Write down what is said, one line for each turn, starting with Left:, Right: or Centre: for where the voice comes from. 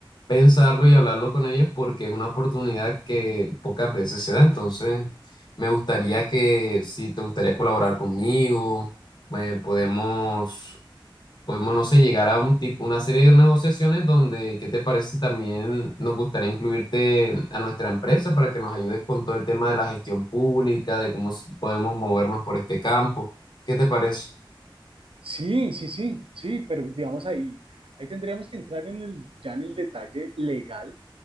Left: pensarlo y hablarlo con ellos porque es una oportunidad que pocas veces se da. Entonces, me gustaría que, si te gustaría colaborar conmigo, eh, podemos, podemos, no sé, llegar a un tipo, una serie de negociaciones donde, ¿qué te parece si también nos gustaría incluirte a nuestra empresa para que nos ayudes con todo el tema de la gestión pública, de cómo s- podemos movernos por este campo? ¿Qué te parece?
Right: Sí, sí, sí, sí, pero digamos ahí, ahí tendríamos que entrar en el, ya en el detalle legal,